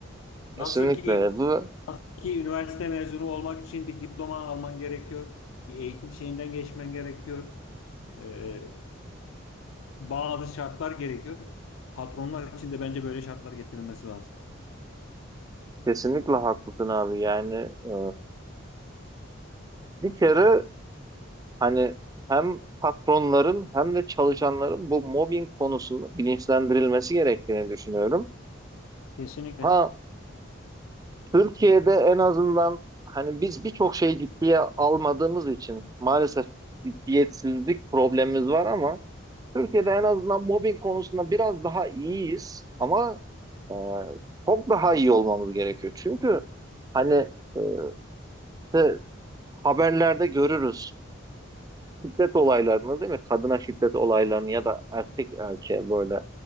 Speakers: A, on the left; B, on the right.
A: Nasıl
B: Kesinlikle.
A: ki
B: Bu
A: Ki üniversite mezunu olmak için bir diploma alman gerekiyor. Bir eğitim şeyinden geçmen gerekiyor. Ee, bazı şartlar gerekiyor. Patronlar için de bence böyle şartlar getirilmesi lazım.
B: kesinlikle haklısın abi. Yani e, bir kere hani hem patronların hem de çalışanların bu mobbing konusunda bilinçlendirilmesi gerektiğini düşünüyorum.
A: Kesinlikle.
B: Ha Türkiye'de en azından hani biz birçok şeyi ciddiye almadığımız için maalesef ciddiyetsizlik problemimiz var ama Türkiye'de en azından mobbing konusunda biraz daha iyiyiz ama e, çok daha iyi olmamız gerekiyor. Çünkü Hani e, işte haberlerde görürüz şiddet olaylarını değil mi? Kadına şiddet olaylarını ya da erkek erkeğe böyle